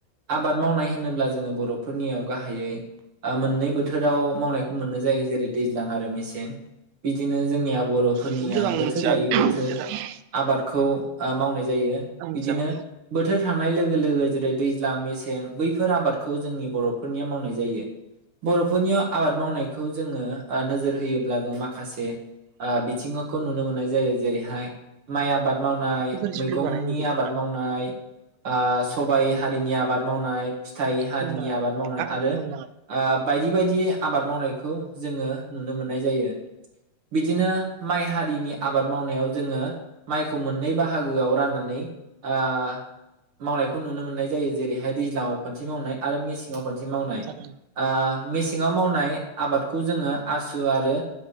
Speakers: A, on the right (about 50°); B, on the right (about 85°).
A: आबाद मावनाय होन होनोब्ला जों बरफोरनियाव गाहायै ओ मोननै बोथोराव मावनाय मोननाय जायो जेरै दैज्लां आरो मेसें बिदिनो जोंनिब बरफोरनिया
B: खिन्थु आं
A: बोथोर
B: मिथिया
A: लायै बोथोर
B: आं
A: आबादखौ मावनाय जायो।
B: मिथिया
A: बिदिनो
B: मा
A: बोथोर थांनाय लोगो लोगो जेरै दैज्लां मेसें बैफोर आबादखौ जोंनि बर'फोरनिया मावनाय जायो। बरफोरनियाव आबाद मावनायखौ जोंङो नोजोर होयोब्ला जों माखासे ओ बिथिङावखौ नुनो मोननाय जायो जेरै फ्राय माइ आबाद मावनाय
B: बोरै
A: मैगंनि आबाद
B: संगोन
A: मावनाय ओ सो सबाय हा रिनि आबाद मावनाय फिथाय हारिनि
B: बुंनाङा
A: आबाद मावनाय आरो
B: बुंनाङा
A: ओ बायदि बायदि आबाद मावनायखौ जोंङो नुनो मोननाय जायो बिदिनो माइ हारिनि आबाद मावनायाव जोंङो माइखौ मोननै बाहा हागोआव राननानै ओ मावनायखौ नुनो मोननाय जायो जेरैहाय दैज्लांङाव खनसे मावनाय आरो मेसेंङाव खनसे मावनाय
B: जागोन
A: ओ मेसेंङाव मावनाय आबादखौ जोंङो आसु आरो